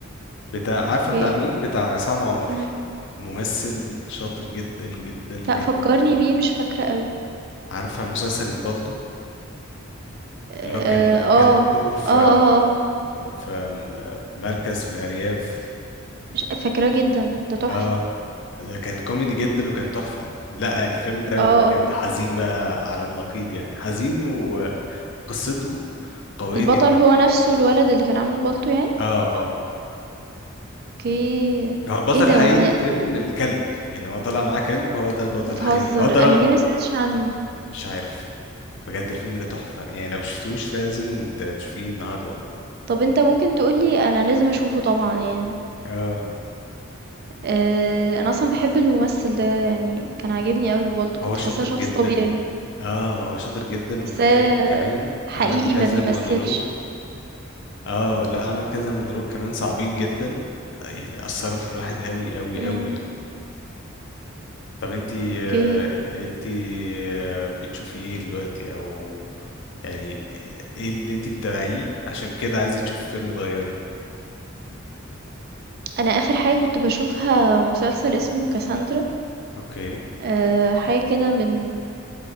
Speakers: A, on the left; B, on the right.
A: بتاع
B: أوكي.
A: عارفة بتاع مين بتاع عصام عمر
B: إمم.
A: ممثل شاطر جدا جدا جدا
B: لأ فكّرني
A: جدا
B: بيه مش فاكرة أوي.
A: عارفة مسلسل البالتو
B: آآ
A: اللي هو كان كان
B: آه.
A: دكتور في
B: آه، آه، آه.
A: في مركز في الأرياف
B: ش فاكراه جدًا، ده تحفة.
A: اه ده كان كوميدي جدا وكان تحفة لا الفيلم ده
B: آه،
A: بجد
B: آه.
A: حزين بقى على النقيض يعني حزين وقصته قوية
B: البطل
A: جدا
B: هو نَفْسه الولد اللي كان عامل بالطو يعني؟
A: اه اه
B: أوكي.
A: هو البطل
B: إيه ده
A: الحقيقي
B: وأنا
A: للفيلم الكلب يعني هو طالع معاه كلب هو ده البطل
B: بتهزر!
A: الحقيقي هو ده
B: أنا
A: رامبو
B: ليه ما سمعتش عنّه؟
A: مش عارف بجد الفيلم ده تحفة يعني لو مشفتوش لازم ت- تشوفيه النهاردة
B: طَب أنت ممكن تقول لي أنا لازم أشوفه طبعًا يعني.
A: اه
B: آآ أنا أصلًا باحب الممثل ده يعني كان عاجبني أوي في بالطو،
A: هو
B: كنت
A: شاطر
B: حاسّاه شخص
A: جدا
B: طبيعي،
A: اه هو شاطر جدا
B: حاسّاه
A: وفي الفيلم كمان
B: حقيقي
A: عمل كذا
B: ما بيمثّلش.
A: مونولوج اه لا عمل كذا مونولوج كمان صعبين جدا آه، يعني اثروا في الواحد قوي قوي
B: إمم.
A: قوي يعني طب انتي
B: أوكي.
A: آه انتي آه بتشوفي ايه دلوقتي او يعني آه، ايه اللي انتي بتتابعيه عشان كده عايزة تشوفي فيلم تغيري
B: أنا آخر حاجة كنت باشوفها مسلسل اسمه كاساندرا
A: اوكي
B: آآ حاجة كده من